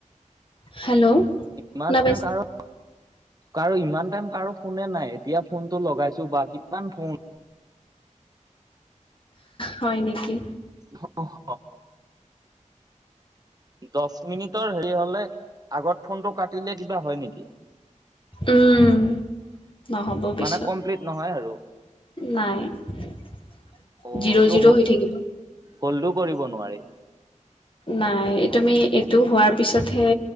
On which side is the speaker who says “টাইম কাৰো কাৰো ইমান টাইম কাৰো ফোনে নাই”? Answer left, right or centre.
Right